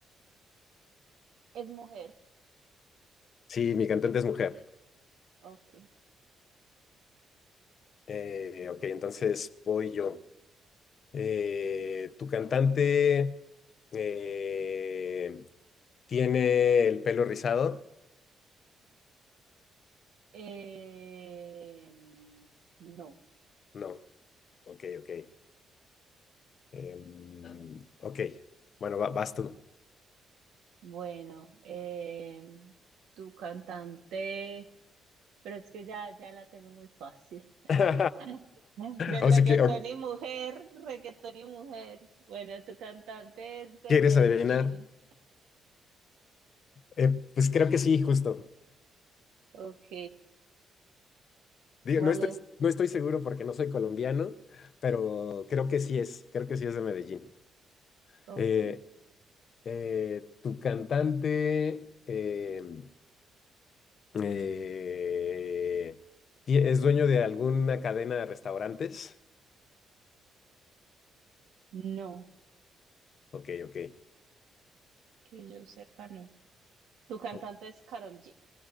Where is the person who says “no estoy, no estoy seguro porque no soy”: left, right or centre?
Left